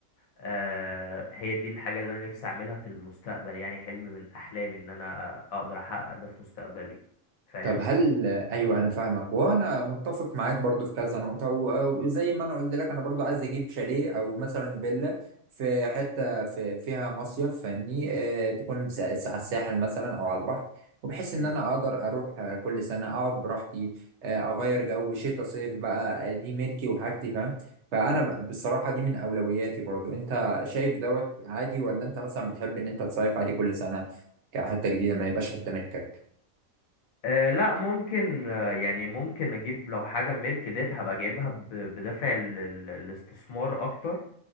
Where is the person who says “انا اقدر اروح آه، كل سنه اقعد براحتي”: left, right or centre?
Right